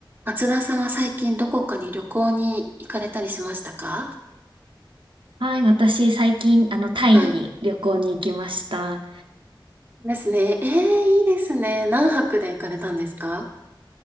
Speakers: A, on the right (about 25°); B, on the right (about 75°).
A: 松田さんは最近どこかに旅行に行かれたりしましたか
B: はい、私最近、あの、タイに旅行に行きました。
A: はい。ですね。ええ、いいですね。何泊で行かれたんですか